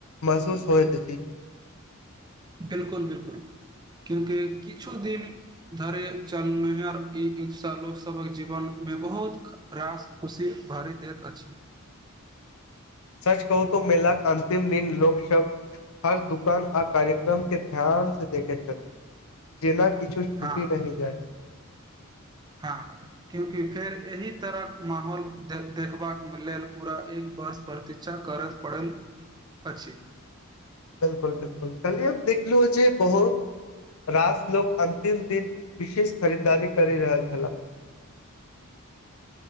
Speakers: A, on the left (about 85°); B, on the right (about 20°).
A: महसूस होइत अछि
B: बिलकुल बिलकुल क्यूंकि किछु दिन धरिे चलनिहर ई उत्साह लोकसभक जीवन भ बहुत रास खुशी भारी देैत अछि
A: <inaudible> सच कहू तऽ मेलााक अंतिम दिन लोक सभ हर दुकान आ कार्यक्रम के ध्यान से देखैत छथिन जेना किछु छूट
B: हँ
A: नहि जाइ
B: हँ क्यूंकि फेर एहि तरहक माहौल देखबाक लेल पूरा एक बस प्रतीछा करत पड़ल अछि
A: बिलकुल बिलकुल कल्हि हम देखलहुं जे बहुत रास लोक अन्तिम दिन विशेष खरीदारी करि रहल छलाह <inaudible>